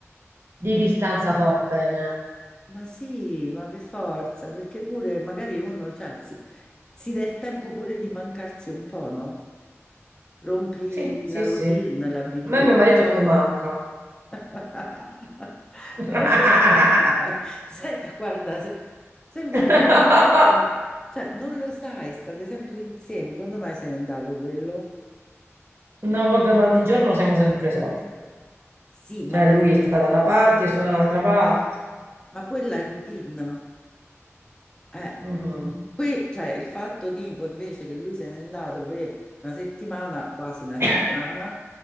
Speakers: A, on the right; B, on the left.
A: di distanza fa bene.
B: Ma sì, ma per forza, perché pure magari uno, cioè, si, si dà il tempo pure di mancarsi un po', no? Rompi
A: Sì, sì,
B: la routine,
A: sì. A
B: l'abitudine.
A: me mio marito non mi manca.
B: <laughs>
A: <laughs>
B: Non lo sai. Sai, guarda, se- sei una...
A: <laughs>
B: persona- Cioè, non lo sai, state sempre insieme. Quando mai se n'è andato quello?
A: No, vabbè, ma di giorno siamo sempre soli.
B: Sì, ma...
A: Cioè,
B: poi-
A: lui sta da una parte, io sto da un'altra parte.
B: Ma quella è routine. Eh.
A: Mm.
B: Qui cioè, il fatto tipo invece che lui se n'è andato per una settimana, quasi una settimana,
A: <coughs>